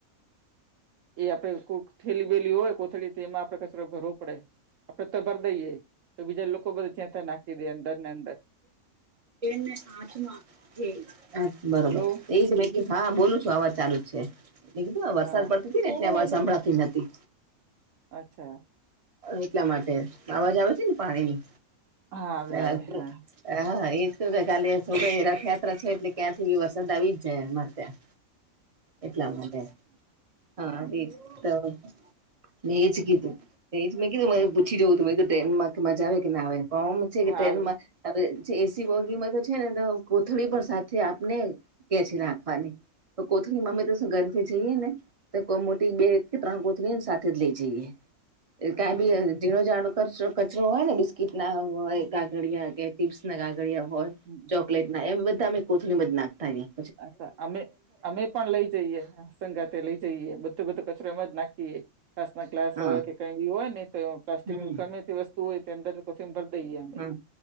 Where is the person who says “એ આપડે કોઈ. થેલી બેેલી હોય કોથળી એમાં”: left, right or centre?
Right